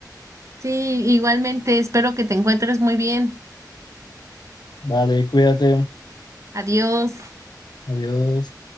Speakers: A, on the right (about 45°); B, on the left (about 80°).
A: Sí, igualmente, espero que te encuentres muy bien.
B: Vale, cuídate.
A: Adiós.
B: Adiós.